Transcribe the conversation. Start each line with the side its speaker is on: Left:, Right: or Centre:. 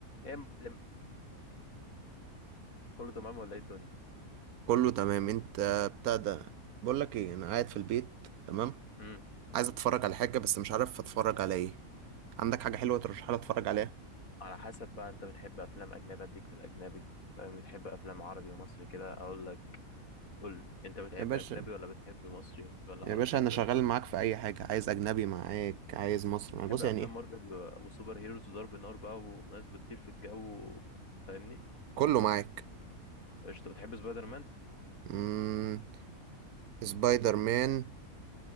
Left: ايه يا معلم كله تمام ولا ايه الدنيا
Right: كله تمام انت بتاع ده بقول لك ايه انا قاعد في البيت تمام
Left: امم
Right: عايز اتفرج على حاجه بس مش عارف اتفرج على ايه عندك حاجه حلوه ترشحها لي اتفرج عليها
Left: على حسب بقى انت بتحب افلام اجنبي اديك في الاجنبي فاهم بتحب افلام عربي ومصري كده اقول لك قول لي انت بتحب
Right: يا باشا
Left: اجنبي ولا بتحب مصري ولا
Right: يا
Left: عربي
Right: باشا
Left: ايه
Right: انا
Left: الدنيا
Right: شغال معاك في اي حاجه عايز اجنبي معاك عايز مصري معاك
Left: بتحب
Right: بص
Left: افلام
Right: يعني ايه
Left: مارفل و- وسوبر هيروز وضرب نار بقى وناس بتطير في الجو فاهمني
Right: كله
Left: ولا
Right: معاك
Left: قشطه بتحب سبايدر مان
Right: امم سبايدر مان